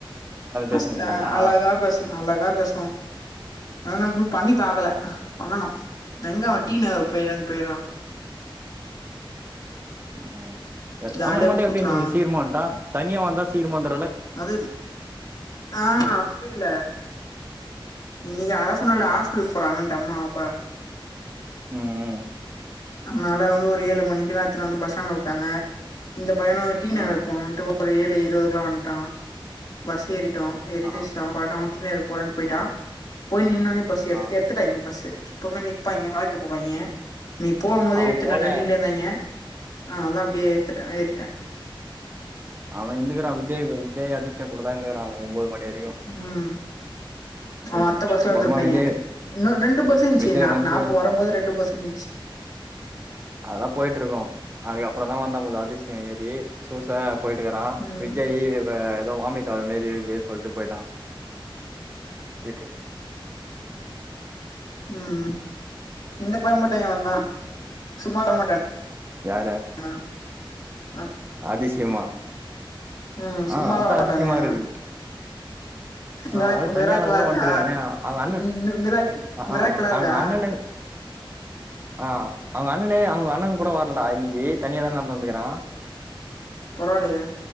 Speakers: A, on the left (about 50°); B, on the right (about 25°).
A: பஸ்
B: பேசினிருப்பீங்களா
A: அழகா பேசலா அழகா பேசுவோ அதன ம் பண்ணி பாக்கல பண்ணனு எங்க அவ டி நகர் போயிறன் பேய்றா
B: ம் செரி
A: ஜாலியா
B: ஆவ மட்டு
A: ஊர்
B: எப்டி
A: சுத்துறா
B: இன்னிக்கி சீக்கிரமா வன்ட்டா தனியா வந்தா சீக்கிரமா வந்தர்
A: அது ஆ அப்டில்ல இன்னிக்கி அதா சொன்னல்ல ஹாஸ்பிட்ல்க்கு போறங்கன்ட்டு அம்மா அப்பா
B: ம் ம்
A: அதனால வந்து ஒரு ஏழு மணிக்கு லா எட்த்துட்டு வந்து பஸ்டாண்டுல உட்டாங்க இந்த பையனு டி நகர்
B: ம்
A: போனுன்ட்டு ஒரு ஏழு இருவதுக்ல்லா வன்ட்டா பஸ் ஏறிட்டோ ஏறிட்டு
B: ஆ
A: சமோ படோ டி நகர் போறன் போயிட்டா போய் நின்னோனே பஸ் எடுத்து
B: ஆ
A: எடு எடுத்துட்டாய்ங்க பஸு எப்போமே நிப்பாய்ங்க ஆல்ட்டு போடுவாய்ங்க நீ போவு போதே
B: அவன்
A: எடுத்து
B: போல
A: ரன்னிங்லே இருந்தாய்ங்க ஆ அதா அப்டியே எட்த்துட்டே ஏத்திட்டே
B: அவ இருந்துகுறா விஜய் விஜய் அதிசய கூடதா இருந்துக்குறா ஒம்போது மணி வரைக்கும்
A: ம் அவ
B: எடுத்து
A: அட்த்த பஸ்ல
B: அப்புறமா
A: வந்திருப்பாய்ங்க
B: விஜய்
A: இன்னு ரெண்டு பஸ் இருந்துச்சி
B: விஜய்
A: நா
B: வந்து
A: நா போ வர போது ரெண்டு பஸ் இருந்துச்சி
B: அதெல்லா போய்ட்டு இருக்கு அதுக்கு அப்புற தா வந்தா போல அதிசய ஏறி சூச போய்ட்டுக்கறா
A: ம்
B: விஜய் இப்ப ஏதோ வாமிட்டு வர மேரி இருக்கு சொல்ட்டு போய்ட்டா இருக்கு
A: ம் இந்த பய மட்டு ஏ வந்தா சும்மா வரமாட்டா
B: யார
A: <unintelligible>
B: அதிசியமா
A: ம்
B: ஆ
A: சும்மாலா
B: அதா
A: வரமாட்டானே
B: அதிசியமா
A: அவ
B: இருக்கு ஆ
A: மிராக்
B: அதா தனியால
A: மிராக்கிளா
B: கூட
A: இருக்கா
B: வன்ட்டுக்கிறானே அவுங்க அண்ண
A: மி மி மிராக்
B: ஆ
A: மிராக்கிளா
B: ஆ
A: இருக்கா
B: அவுங்க அண்ணனு ஆ அவுங்க அண்ணனே அவுங்க அண்ண கூட வரலடா இன்னிக்கி தனியா தா நடந்து வந்துக்குறா
A: பரவாலையே